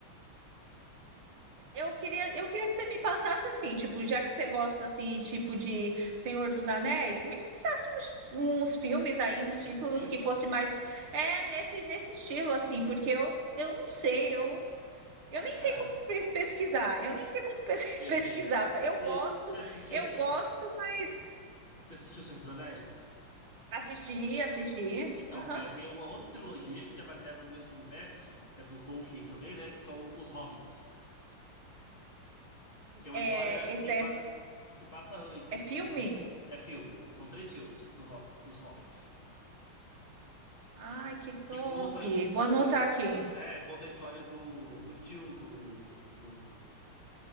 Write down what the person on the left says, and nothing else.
Desse
tipo?
Ah,
cara,
perfeito.
Você
você assistiu,
de Senhor-
você assistiu O Senhor dos Anéis?
Então,
é, tem uma outra trilogia que é baseada no mesmo universo, que é do Tolkien também, né? Que são os Hobbits. que é uma
história
que,
passa, que se passa antes
do que. É filme. São três filmes do Hob- dos Hobbits.
Que conta.
Que,
é, conta a história do, do tio do, do.